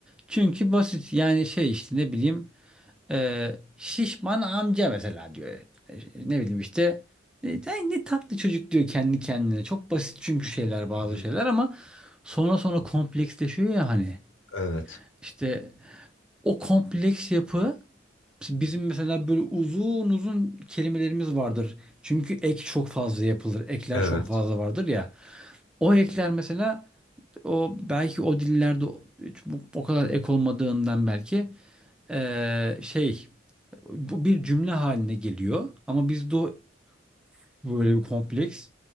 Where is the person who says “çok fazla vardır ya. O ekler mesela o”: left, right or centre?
Centre